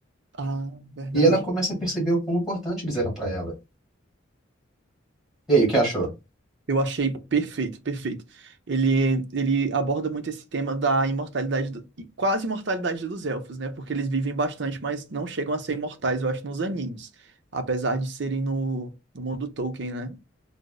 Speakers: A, on the right; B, in the centre.
A: Ah, verdade.
B: E ela começa a perceber o quão importante eles eram para ela. E aí, o que achou?
A: Eu achei perfeito, perfeito. Ele, ele aborda muito esse tema da imortalidade, do- e quase imortalidade dos elfos, né? Porque eles vivem bastante, mas não chegam a ser imortais, eu acho, nos animes. Apesar de serem no, no mundo Tolkien, né?